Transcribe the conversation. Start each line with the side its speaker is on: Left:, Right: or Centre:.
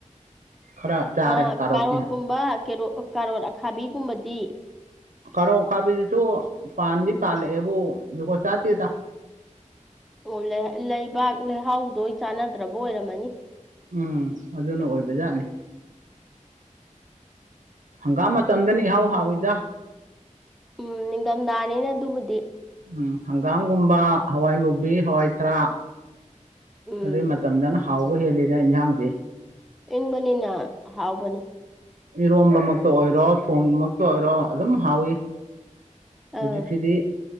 Right: ꯈꯔ ꯆꯥꯔꯦ
Centre: ꯑꯣ
Right: ꯀꯥꯔꯣꯠꯇꯤ
Centre: ꯀꯥꯔꯣꯠꯀꯨꯝꯕ ꯀꯦꯔꯣ ꯀꯥꯔꯣꯠ ꯑꯈꯥꯕꯤꯒꯨꯝꯕꯗꯤ
Right: ꯀꯥꯔꯣꯠ ꯑꯈꯥꯕꯤꯗꯨꯁꯨ ꯄꯥꯟꯗꯤ ꯄꯥꯜꯂꯛꯑꯦꯕꯨ ꯖꯨꯒꯣꯠ ꯆꯥꯠꯇꯦꯗ
Centre: ꯑꯣ ꯂꯩ ꯂꯩꯕꯥꯛ ꯂꯩꯍꯥꯎꯗꯣ ꯆꯥꯟꯅꯗ꯭ꯔꯕ ꯑꯣꯏꯔꯝꯃꯅꯤ
Right: ꯎꯝ ꯑꯗꯨꯅ ꯑꯣꯏꯕ ꯖꯥꯠꯅꯤ ꯍꯪꯒꯥꯝ ꯃꯇꯝꯗꯅ ꯏꯍꯥꯎ ꯍꯥꯎꯋꯤꯗ
Centre: ꯎꯝ ꯅꯤꯡꯗꯝꯗꯥꯅꯤꯅ ꯑꯗꯨꯕꯨꯗꯤ
Right: ꯎꯝ ꯍꯪꯒꯥꯝꯒꯨꯝꯕ ꯍꯋꯥꯏ ꯃꯨꯕꯤ ꯍꯋꯥꯏ ꯊꯔꯥꯛ
Centre: ꯎꯝ
Right: ꯑꯗꯨꯏ ꯃꯇꯝꯗꯅ ꯍꯥꯎꯕ ꯍꯦꯜꯂꯤꯗ ꯏꯟꯖꯥꯡꯖꯦ
Centre: ꯏꯪꯕꯅꯤꯅ ꯍꯥꯎꯕꯅꯤ
Right: ꯏꯔꯣꯝꯕꯃꯛꯇ ꯑꯣꯏꯔꯣ ꯊꯣꯡꯕꯃꯛꯇ ꯑꯣꯏꯔꯣ ꯑꯗꯨꯝ ꯍꯥꯎꯋ
Centre: ꯑꯥ
Right: ꯍꯧꯖꯤꯛ ꯀꯤꯗꯤ